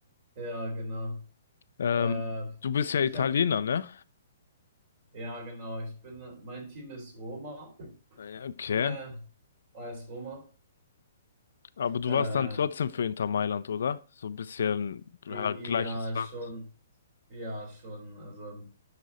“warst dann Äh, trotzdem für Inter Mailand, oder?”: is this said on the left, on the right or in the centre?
Left